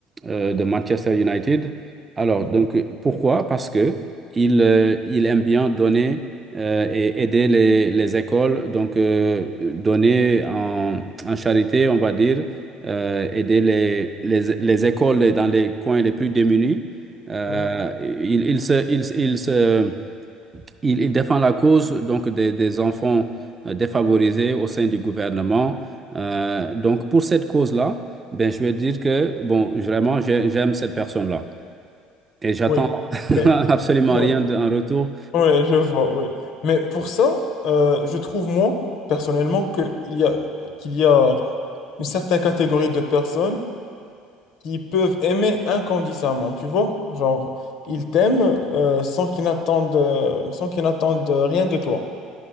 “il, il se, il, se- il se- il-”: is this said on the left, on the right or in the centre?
Right